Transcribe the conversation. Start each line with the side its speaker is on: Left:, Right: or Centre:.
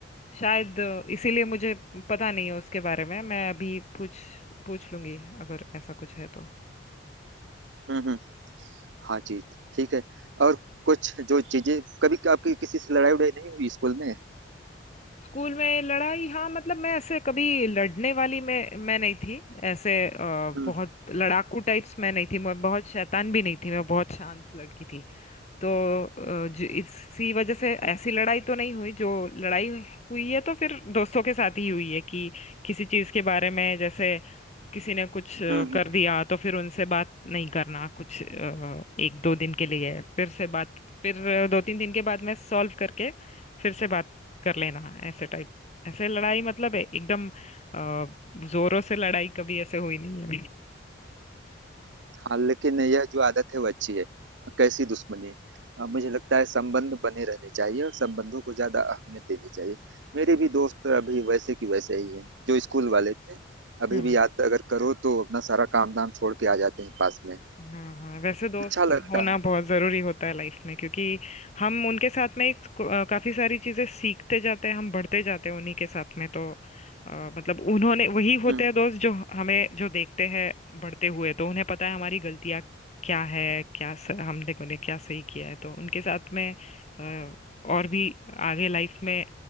Left: शायद इसीलिए मुझे पता नहीं है उसके बारे में मैं अभी पूछ पूछ लूंगी अगर ऐसा कुछ है तो
Right: हम्म हम्म हाँ जी ठीक है और कुछ जो चीजें कभी आपकी किसी से लड़ाई उड़ाई नहीं हुई स्कूल में
Left: स्कूल में लड़ाई हाँ मतलब मैं ऐसे कभी लड़ने वाली मैं मैं नहीं थी ऐसे अ,
Right: हम्म
Left: बहुत लड़ाकू टाइप्स मैं नहीं थी मैं बहुत शैतान भी नहीं थी मैं बहुत शांत लड़की थी तो अ, ज- इसी वजह से ऐसी लड़ाई तो नहीं हुई जो लड़ाई हुई है तो फिर दोस्तों के साथ ही हुई है कि किसी चीज के बारे में जैसे किसी ने कुछ अ,
Right: हम्म
Left: कर
Right: हम्म।
Left: दिया तो फिर उनसे बात नहीं करना कुछ अ, एक दो दिन के लिए फिर से बात फिर अ, दो तीन दिन के बाद में सॉल्व करके फिर से बात कर लेना ऐसे टाइप ऐसे लड़ाई मतलब है एकदम अ, जोरों से लड़ाई कभी ऐसे हुई नहीं है
Right: हाँ लेकिन यह जो आदत है वो अच्छी है कैसी दुश्मनी अ, मुझे लगता है संबंध बने रहने चाहिए और संबंधों को ज्यादा अहमियत देनी चाहिए मेरे भी दोस्त अभी वैसे की वैसे ही हैं जो स्कूल वाले थे अभी
Left: मेरी
Right: भी याद अगर करो तो अपना सारा काम धाम छोड़ के आ जाते हैं पास में
Left: हाँ हाँ वैसे दोस्त
Right: अच्छा लगता
Left: होना
Right: है
Left: बहुत ज़रूरी होता है लाइफ में क्योंकि हम उनके साथ में एक अ, काफ़ी सारी चीज़ें सीखते जाते हैं हम बढ़ते जाते हैं उन्हीं के साथ में तो अ, मतलब उन्होंने वही होते
Right: हम्म,
Left: हैं दोस्त जो हमें जो देखते हैं बढ़ते हुए तो उन्हें पता है हमारी गलतियाँ क्या है क्या स, हमने मैंने क्या सही किया है तो उनके साथ में अ, और भी आगे लाइफ में